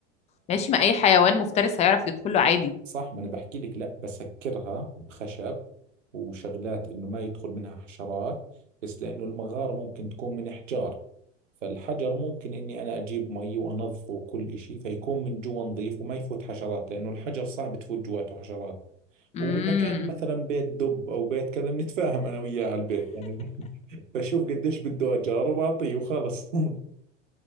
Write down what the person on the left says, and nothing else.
ماشي ما اي حيوان مفترس هيعرف يدخله عادي
امم